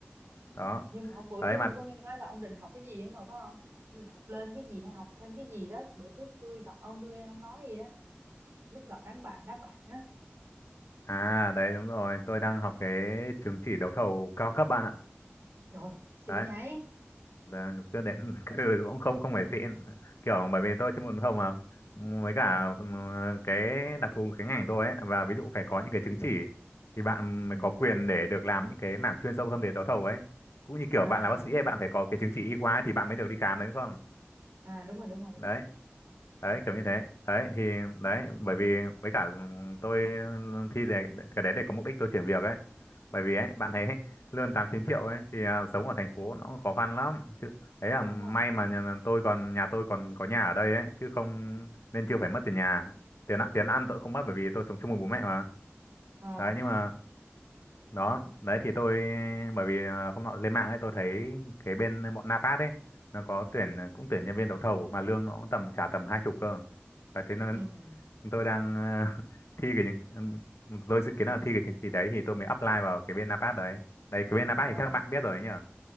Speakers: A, on the left; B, on the right.
A: đó
B: nhưng mà hôm bữa
A: đấy
B: trước
A: mà
B: tôi có nghe nói là ông định học cái gì ấy mà phải không Ông định học lên cái gì hay học thêm cái gì đó bữa trước tôi gặp ông tôi nghe ông nói gì á lúc gặp đám bạn đám bạn á
A: à đấy đúng rồi tôi đang học cái chứng chỉ đấu thầu cao cấp bạn ạ
B: trời xịn
A: đấy
B: vậy
A: Vâng, chưa đến <laughs> ừ, cũng không không phải xịn kiểu bởi vì tôi chuyên môn không mà với cả
B: ừ
A: ừ, cái đặc thù cái ngành tôi ấy và ví dụ phải có những cái chứng chỉ thì bạn
B: ừ
A: mới có quyền để được làm những cái mảng chuyên sâu hơn về đấu thầu ấy cũng như kiểu
B: à
A: bạn là bác sĩ ấy, bạn phải có cái chứng chỉ y khoa ấy thì bạn mới được đi khám đấy đúng không
B: à đúng rồi đúng rồi đúng
A: đấy
B: rồi
A: đấy kiểu như thế đấy thì đấy bởi vì với cả ừ, tôi thi để cái đấy để có mục đích tôi chuyển việc ấy bởi vì ấy bạn thấy lương tám chín triệu ấy thì à, sống ở thành phố nó khó khăn lắm chứ đấy là
B: đúng
A: may
B: rồi
A: mà nhà, tôi còn nhà tôi còn có nhà ở đây ấy chứ không nên chưa phải mất tiền nhà tiền ăn tiền ăn tôi không mất bởi vì tôi sống chung với bố mẹ mà
B: à
A: đấy nhưng mà đó đấy thì tôi bởi vì à, hôm nọ lên mạng ấy tôi thấy cái bên bọn Napat ấy nó có tuyển cũng tuyển nhân viên đấu thầu mà lương nó cũng tầm trả tầm hai chục cơ Đấy, thế nên
B: ừ
A: tôi đang ờ, <laughs> thi cái chứng- tôi dự kiến là thi cái chứng chỉ đấy thì tôi mới apply vào cái bên Napat đấy đấy cái bên Napat
B: trời ơi,
A: thì chắc bạn biết rồi ấy nhở